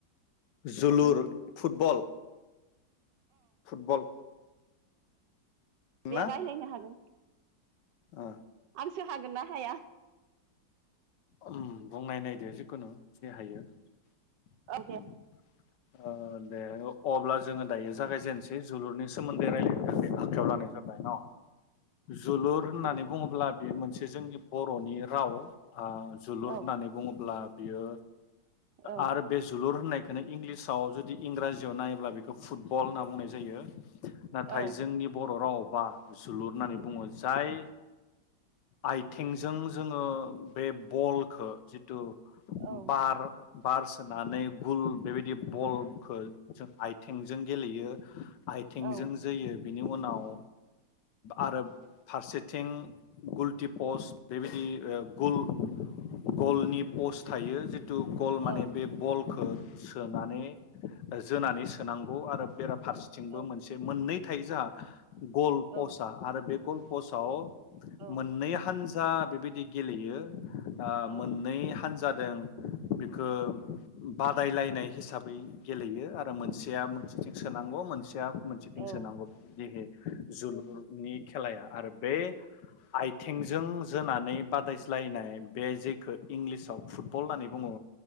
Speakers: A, on the left; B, on the right.
A: जोलुर
B: अ
A: फुटबल फुटबल।
B: दे
A: ना
B: रायलायनो हागोन।
A: ओ
B: आंसो हागोन ना हाया।
A: उम बुंनाय नायदो जिखुनु जे हायो। उज्ञ
B: औ दे
A: ओ दे अब्ला जोङो दायो जागायजेन बे जोलुरनि सोमोन्दै रायलायनो थाखाय आखायाव लानाय जाबाय न। जुलुर होननानै
B: औ
A: बुङोब्ला बे मोनसे जोंनि बर'नि राव ओ जोलुर
B: औ
A: होननानै बुङोब्ला बियो
B: औ
A: आरो बे जोलुर होननायखोनो इंलिसाव जुदि इंराजीयाव नायोब्ला बेखौ फुटबल होनना बुंनाय जायो। नाथाय
B: औ
A: जोंनि बर' रावाव बा जोलुर होननानै बुङो। जाय आइथिंजों जोङो बे बलखो जिथु
B: औ
A: बार बार सोनानै गुल बेबायदि बलखौ जों आइथें जों गेलेयो आइथेंजों
B: औ
A: जोयो बिनि उनाव आरो फारसेथिं गुल्टि पस्ट बेबायदि ओ गुल गलनि पस्ट थायो जे थु गल माने
B: औ
A: बे बल खो सोनानै जोनानै सोनांगौ आरो बेराफारसेथिंबो
B: औ
A: मोनसे मोननै थायजा। गल
B: औ
A: पसा आरो बे कल पसाव
B: औ
A: मोननै हानज जा बिबायदि गेलेयो। आ
B: औ
A: मोननै हानज जादों बेखौ बादायलायनाय हिसाबै गेलेयो आरो मोनसेया मोनसेथिं सोनांगौ मोन सेया मोनसेथिं
B: औ
A: सोनांगौ जेहे जोलुरनि खेलाया आरो बे आइथिं ज जों जोनानै बादायस्लायनाय बे जेखो इंलिसाव फुटबल होननानै बुङो